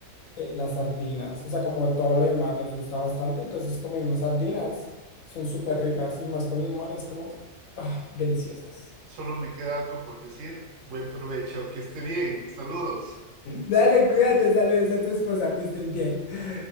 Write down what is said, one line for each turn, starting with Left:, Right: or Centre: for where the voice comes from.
Left: eh, las sardinas, o sea, como todo lo demás nos gusta bastante, entonces comimos sardinas, son súper ricas y más con limón es como, ah, deliciosas.
Right: Solo me queda algo por decir. Buen provecho, que esté bien. Saludos.
Left: Dale, cuídate, saludos a tu esposa, que estén bien.